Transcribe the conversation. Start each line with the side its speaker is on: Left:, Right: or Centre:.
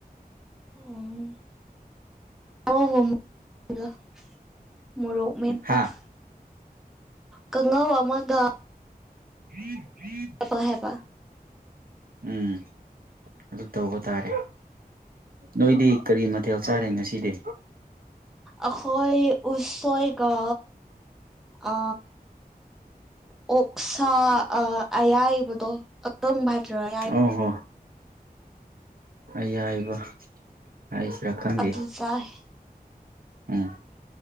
Centre: ꯎꯝ ꯑꯣ ꯍꯣ <unintelligible> ꯃꯣꯔꯣꯛ ꯃꯦꯠꯄꯒ
Right: ꯍꯥ
Centre: ꯀꯪꯉꯧ ꯑꯃꯒ
Right: <unintelligible>
Centre: ꯄꯍꯦꯄ
Right: ꯎꯝ ꯑꯗꯨ ꯇꯧꯕ ꯇꯥꯔꯦ ꯅꯣꯏꯗꯤ ꯀꯔꯤ ꯃꯊꯦꯜ ꯆꯥꯔꯦ ꯉꯁꯤꯗꯤ
Centre: ꯑꯈꯣꯏ ꯎꯁꯣꯏꯒ ꯑ ꯑꯣꯛꯁꯥ ꯑꯌꯥꯏꯕꯗꯣ ꯑꯀꯪꯕ ꯍꯥꯏꯗꯔꯥ ꯑꯌꯥꯏꯕ
Right: ꯑꯣ ꯍꯣ ꯑꯌꯥꯏꯕ ꯍꯥꯏꯁꯤꯔꯥ ꯈꯪꯗꯦ
Centre: ꯑꯗꯨ ꯆꯥꯏ
Right: ꯎꯝ